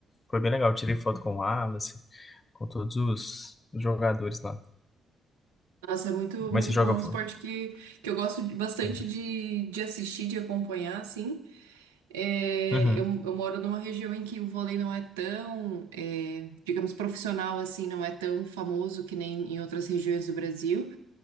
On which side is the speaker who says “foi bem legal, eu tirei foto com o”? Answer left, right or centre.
Left